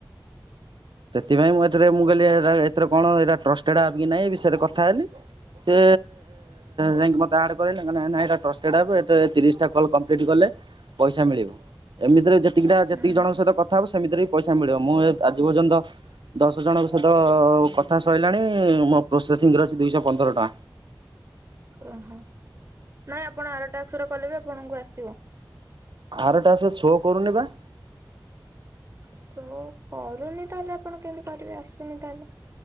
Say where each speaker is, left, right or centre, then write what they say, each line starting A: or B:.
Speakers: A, on the right; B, on the right.
A: ସେଥିପାଇଁ ମୁଁ ଏଥିରେ ମୁଁ କହିଲି ଏର କଣ ଏ ଟ୍ରଷ୍ଟେଡ ଆପ୍ କି ନାଇଁ ବିଷୟରେ କଥା ହେଲି। ସେ ଯାଇକି ମତେ ଆଡ୍ କରେଇଲେ ନାଇଁ ଏଟା ଟ୍ରଷ୍ଟେଡ ଆପ ଏଥିରେ ତିରିଶ ଟା କଲ କଂପ୍ଲିଟ୍ ହେଲେ ପଇସା ମିଳିବ ଏମିତିରେ ଯେ ସେତିକିଟା
B: ହୁଁ
A: ଯେତିକି ଜଣଙ୍କ ସହିତ କଥା ହେବ ସେମିତିରେ ବି ପଇସା ମିଳିବ ମୁଁ ଆଜି ପର୍ଯ୍ୟନ୍ତ ଦଶ ଜଣଙ୍କ ସହିତ କଥା ସରିଲାଣି ମୋ ପ୍ରୋସେସିଂ ରେ ଅଛି ଦୁଇଶହ ପନ୍ଦର ଟଙ୍କା।
B: ଓହୋ ନାଇଁ ଆପଣ ଆରଟା ଅକ୍ଷର କଲେ ବି ଆପଣଙ୍କୁ ଆସିବ।
A: ଆର ଟ୍ୟାକ୍ସ ଶୋ କରୁନି ବା।
B: ଶୋ କରୁନି ତାହେଲେ ଆପଣ କେମିତି କରିବେ ଆସିନି ତାହେଲେ।